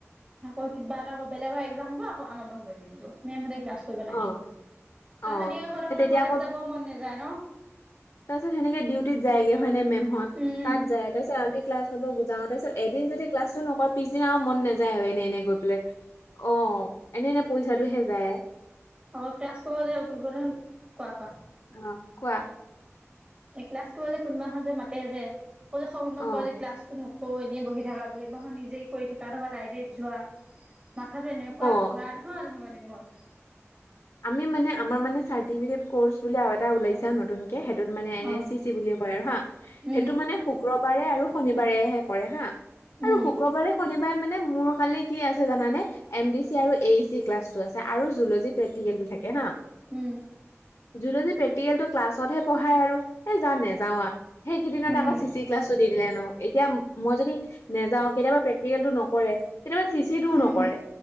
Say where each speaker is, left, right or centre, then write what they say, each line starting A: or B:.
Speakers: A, on the right; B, on the left.
A: আকৌ কিবা এটা হব বেলেগৰ একজাম হব আক আম বন্ধ দি দিব মেমতে ক্লাছ। নাহে
B: অ
A: আৰু
B: অ
A: সেনেকে কৰি
B: সেই
A: থাকোতে
B: তেতিয়া
A: কলেজ যাবও মন নাযায় ন।
B: তাৰ পিছত সেনেকে ডিউটিত যায়গে হয়নে মেমঁত
A: উম
B: তাত যায় তাৰপিছ আমি ক্লাছ। বুজাওঁ তাৰপিছত এদিন যদি কালছটো নকৰে পিছদিনা আৰু মন নাযায় হয় এনে এনে গৈ পেলাই। অ এনে এনে পইচাটোহে যায়।
A: আক ক্লছ কৰিব যায়, কুনবা দিনাখন, কোৱা কোৱা?
B: অ'হ কোৱা?
A: এ ক্লাছ কৰিব যে কোনোবা যে মাতে যে, অকললে <unintelligible> সময় মই
B: অ
A: কয় যে ক্লাছ নকো এনেই বহি থাকা বুলি নিজেই কৰি থাকা, নবা লাইব্ৰেৰীত যোৱা, মাথাতো এনেকুৱা
B: অ
A: ঘুৰাই নহয় তেনেকুৱা দিমত,
B: আমি মানে আমাৰ মানে চাৰ্ তি‌ ফিকেত কৰচ বুলি আৰু এটা ওলাইছা নতুনকে, সেইটোত মানে
A: অ
B: এ চি চি বুলি কয় আৰু হা!
A: উম
B: সেইটো মানে শুক্ৰবাৰে আৰু শনিবাৰেহে কৰে হা
A: উম
B: আৰু শুক্ৰবাৰে শনিবাৰে মানে মোৰ খালি কি আছে জানে, এম ডি চি আৰু এ ই চি ক্লাছ টো আছে আৰু জুলজি প্ৰেক্টিকেলটো থাকে না?
A: উম
B: যোন য প্ৰেক্টিকেল টো ক্লাছত হে পঢ়াই আৰু এই জা' নেযাওঁ সেইকেইদিনত
A: উম
B: আকৌ চি চি ক্লাছটো দি দিলে ন, এতিয়া মই যদি নেযাওঁ কেতিয়াবা প্ৰেক্টিকেলটো নকৰে, কেতিয়াবা চিচি টোও
A: উম
B: নকৰে,